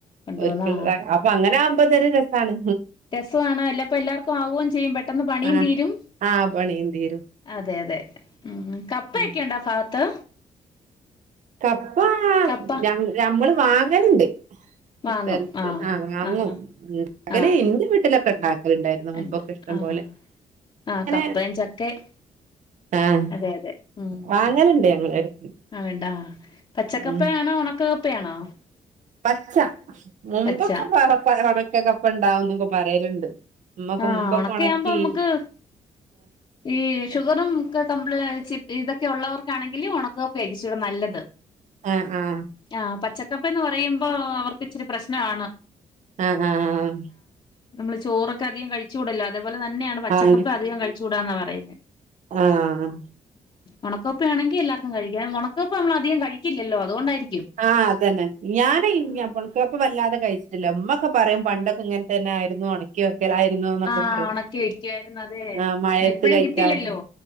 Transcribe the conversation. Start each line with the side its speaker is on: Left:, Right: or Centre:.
Left: കൊണ്ടുവന്നാ
Right: ഒരു അപ്പൊ അങ്ങനെ ആവമ്പത്തിനു ഒരു രസാണ്.
Left: രസമാണോ എല്ലാപ്പ എല്ലാർക്കും ആവുകയും ചെയ്യും പെട്ടെന്ന് പണിയും
Right: ആഹ്
Left: തീരും.
Right: ആഹ് പണിയും തീരും
Left: അതെ അതെ ഉം കപ്പയക്കെയുണ്ടോ
Right: ഉം
Left: ആ ഭാഗത്ത്.
Right: കപ്പ
Left: കപ്പ
Right: ഞ ഞമ്മള് വാങ്ങലുണ്ട്.
Left: <inaudible>
Right: സ്ഥലത്ത്
Left: ആഹ്
Right: ആ വാങ്ങും.
Left: ആഹ് ആഹ്
Right: ഇണ്ടാക്കല്
Left: ആഹ്
Right: എന്റെ വീട്ടിലൊക്കെ ഉണ്ടാക്കലുണ്ടായിരുന്നു മുമ്പൊക്കെ
Left: ഉണ്ട്
Right: ഇഷ്ടം
Left: ആഹ്
Right: പോലെ
Left: ആഹ്
Right: അനെ
Left: കപ്പയും ചക്കയും
Right: ആഹ്
Left: അതെ അതെ ഉം
Right: വാങ്ങലുണ്ട് ഞങ്ങള് എടക്ക്.
Left: ആ വേണ്ടാ പച്ചക്കപ്പയാണോ?
Right: ഉം
Left: ഉണക്കക്കപ്പയാണോ?
Right: പച്ച മുമ്പൊക്കെ
Left: പച്ച
Right: പ ഒണക്കക്കപ്പ ഇണ്ടാവുംന്നൊക്കെ പറയലുണ്ട്. ഉമ്മക്ക
Left: ആഹ്
Right: മുമ്പക്കെ
Left: ഉണക്കയാവുമ്പോ
Right: ഒണക്കി
Left: നമുക്ക് ഈ
Right: ആഹ്
Left: ഷുഗറുംക്കെള ഇതൊക്കെ ഉള്ളവർക്കാണെങ്കില് ഉണക്കകപ്പെ കൊറച്ചൂട നല്ലത്.
Right: ആഹ് ആഹ്
Left: ആഹ് പച്ചക്കപ്പന്ന് പറയുമ്പോ അവർക്ക് ഇച്ചരി പ്രശ്നാണ്.
Right: ആഹ് ആഹ്.
Left: നമ്മള് ചോറൊക്കെ അധികം കഴിച്ചുകൂടല്ലോ അതേപോലെ തന്നെയാണ് പച്ചക്കപ്പെ
Right: ആഹ്
Left: അധികം കഴിച്ചുടാന്നാ പറയുന്നെ.
Right: ആഹ്
Left: ഒണക്കപ്പയാണെങ്ക എല്ലാർക്കും കഴിക്കാം ഒണക്കപ്പ നമ്മള അധികം കഴിക്കില്ലല്ലോ അതൊണ്ടായിരിക്കും
Right: ആഹ് അതന്നെ ഞാന് ഉണക്കക്കപ്പ വല്ലാതെ കഴിച്ചിട്ടില്ല ഉമ്മൊക്കെ പറയും പണ്ടൊക്കെ ഇങ്ങനെ തന്നെ ആയിരുന്നു ഒണക്കി ആയിരുന്നു എന്നൊക്കെ
Left: ആഹ്
Right: പറു
Left: ഉണക്കി വെക്കുവായിരുന്നു അതെ
Right: ആ മഴേത്ത്
Left: ഇപ്പഴും
Right: കഴിക്കാന്
Left: കിട്ടില്ലല്ലോ